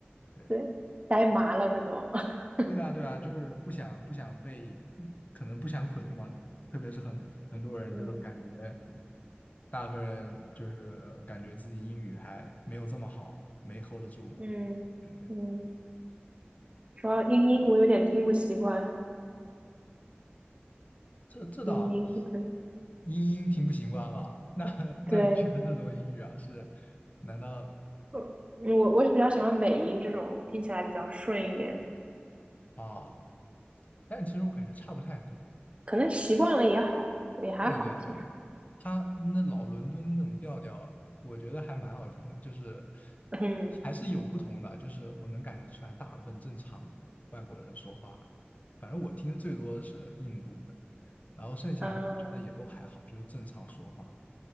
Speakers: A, on the left (about 40°); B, on the right (about 30°).
A: 对，
B: 对，呆麻了那都，<laughs>
A: 对啊，对啊，就是不想不想被，可能不想捆住嘛。特别是很很多人就是感觉，
B: 嗯。
A: 大部分人就是感觉自己英语还没有这么好，没 hold 得住嘛。
B: 嗯嗯，
A: 对对，
B: 主要英音我有点听不习惯，
A: 这这倒
B: 英音不可能
A: 英英听不习惯吧？那 <laughs>
B: 对，
A: 那你学的是什么英语啊？是难道
B: 我我我是比较喜欢美音这种，听起来比较顺一点，
A: 啊？但其实我感觉差不太多。
B: 可能习惯了也好，也还好其实。
A: 对对对对，他那老伦敦那种调调，我觉得还蛮好听的，就是
B: <laughs> 嗯
A: 还是有不同的，就是我能感觉出来，大部分正常外国人说话，反正我听的最多的是印度的，然后剩下的我觉得也都还好，
B: 嗯
A: 就是正常说话。